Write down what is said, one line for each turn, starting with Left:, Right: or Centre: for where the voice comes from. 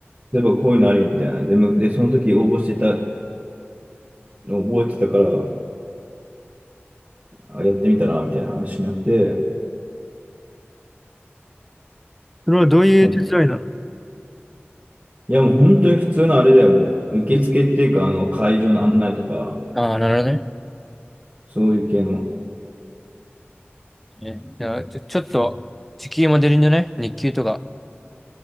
Right: 例えばこういうのあるよみたいな。で、むでその時応募してた、覚えてたから、あやってみたらみたいな話になって、
Centre: それはどういう手伝いなの
Right: 今回いやもう本当に普通のあれだよ、もう受付っていうか、あの会場の案内とか、
Centre: ああ、なるほどね。
Right: そういう系の。
Centre: ねいや、ちょ、ちょっと、時給も出るんじゃない日給とか。